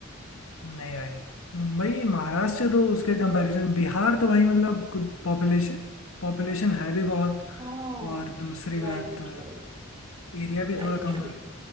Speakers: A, on the left; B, on the right.
A: नहीं भाई मुंबई महाराष्ट्र तो उसके कंपैरिजन बिहार तो भाई मतलब कुछ पॉपुलेशन पॉपुलेशन है भी बहुत
B: हाँ
A: और दूसरी बात
B: Right right
A: एरिया भी
B: Right
A: थोड़ा कम
B: right
A: है